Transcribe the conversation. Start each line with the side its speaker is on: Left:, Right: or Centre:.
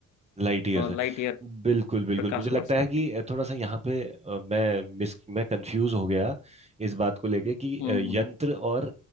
Right: लाइट ईयर से
Left: लाइट ईयर
Right: बिल्कुल बिल्कुल
Left: प्रकाश
Right: मुझे लगता
Left: वर्ष कहते
Right: है कि
Left: हैं
Right: थोड़ा सा यहाँ पे अ, मैं मिस मैं कंफ्यूज हो गया इस बात को लेके कि
Left: हम्म
Right: अ, यंत्र और